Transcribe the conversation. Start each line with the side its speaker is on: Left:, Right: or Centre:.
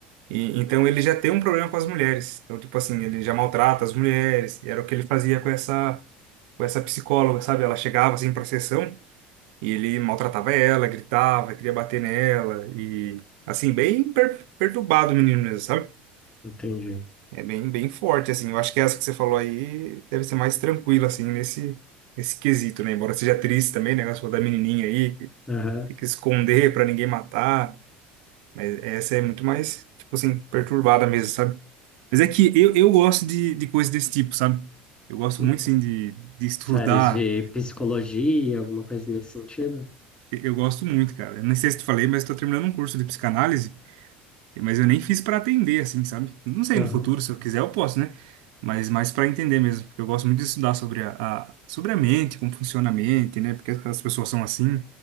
Right: E, então ele já tem um problema com as mulheres. Então, tipo assim, ele já maltrata as mulheres, e era o que ele fazia com essa, com essa psicóloga, sabe? Ela chegava assim pra sessão e ele maltratava ela, gritava, queria bater nela, e assim, bem per- perturbado o menino mesmo, sabe?
Left: Entendi.
Right: É bem, bem forte, assim. Eu acho que essa que você falou aí deve ser mais tranquila, assim, nesse, nesse quesito, né? Embora seja triste também, né? O negócio da menininha aí tem
Left: Aham.
Right: que esconder pra ninguém matar. Mas essa é muito mais, tipo assim, perturbada mesmo, sabe? Mas é que eu, eu gosto de, de coisas desse tipo, sabe? Eu gosto
Left: Hum,
Right: muito, assim, de, de estudar.
Left: Séries de psicologia, alguma coisa nesse sentido?
Right: E- Eu gosto muito, cara. Eu não sei se te falei, mas tô terminando um curso de psicanálise, mas eu nem fiz pra atender, assim, sabe? Não sei,
Left: Aham,
Right: no futuro, se eu quiser, eu posso, né? Mas mais para entender mesmo, porque eu gosto muito de estudar sobre a, a- sobre a mente, como funciona a mente, né? Porque as pessoas são assim,